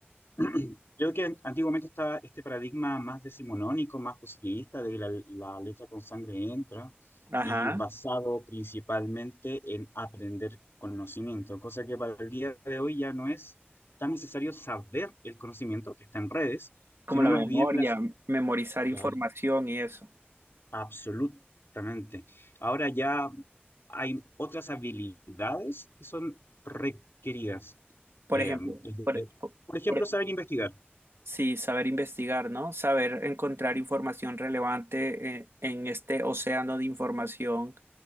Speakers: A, on the left; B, on the right.
A: <clears throat> creo que antiguamente estaba este paradigma más decimonónico, más positivista, de que la, la letra con sangre entra
B: Ajá.
A: y basado principalmente en aprender conocimiento, cosa que para el día de hoy ya no es tan necesario saber el conocimiento que está en redes,
B: como
A: sino
B: la
A: más
B: memoria,
A: bien las
B: memorizar información
A: Claro.
B: y eso.
A: Absolutamente. Ahora ya hay otras habilidades que son requeridas.
B: Por
A: Eh,
B: ejemplo,
A: desde-
B: por- por-
A: por ejemplo,
B: por-
A: saber investigar.
B: sí, saber investigar, ¿no? Saber encontrar información relevante eh, en este océano de información